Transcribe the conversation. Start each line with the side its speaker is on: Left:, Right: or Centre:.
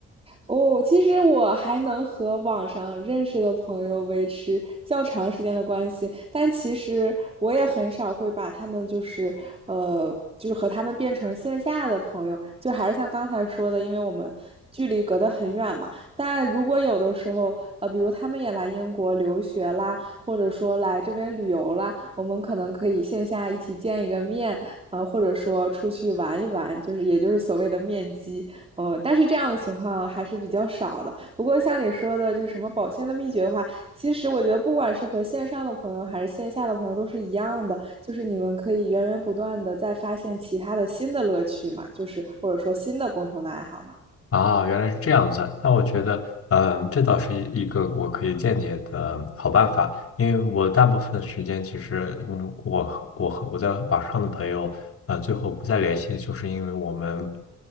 Right: 哦，其实我还能和网上认识的朋友维持较长时间的关系，但其实我也很少会把他们就是呃，就是和他们变成线下的朋友，就还是像刚才说的，因为我们距离隔得很远嘛。但如果有的时候，呃，比如他们也来英国留学啦，或者说来这边旅游啦，我们可能可以线下一起见一个面，呃，或者说出去玩一玩，就是也就是所谓的面基。哦，但是这样的情况还是比较少的。不过像你说的，就是什么保鲜的秘诀的话，其实我觉得不管是和线上的朋友还是线下的朋友都是一样的，就是你们可以源源不断的再发现其他的新的乐趣嘛，就是或者说新的共同的爱好嘛。
Left: 啊，原来是这样子。那我觉得，嗯，这倒是一一个我可以间接的好办法，因为我大部分时间其实，嗯，我和我和我在网上的朋友，呃，最后不再联系，就是因为我们，